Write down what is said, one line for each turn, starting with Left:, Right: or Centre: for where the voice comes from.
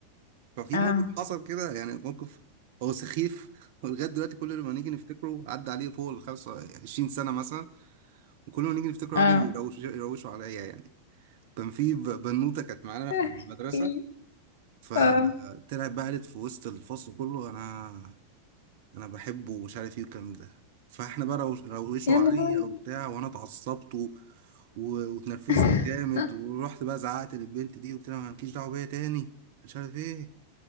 Right: ففي
Left: اه
Right: موقف حصل كده يعني موقف هو سخيف <laughs> ولغايه دلوقتي كل ما نيجي نفتكره عدى عليه فوق ال 25 سنه مثلا وكل ما نيجي نفتكره
Left: اه
Right: يقعدوا يروشوا يروشوا عليا يعني كان في ب- بنوته كانت معانا
Left: <laughs>
Right: في
Left: احكيلي.
Right: المدرسه فطلعت
Left: اه
Right: بقى قالت في وسط الفصل كله انا انا بحبه ومش عارف ايه والكلام ده فاحنا بقى روش- روشوا
Left: يا
Right: عليا
Left: نهاري
Right: وبتاع وانا اتعصبت و- و- واتنرفزت
Left: <laughs>
Right: جامد ورحت بقى زعقت للبنت دي وقلت لها ما لكيش دعوه بيا تاني مش عارف ايه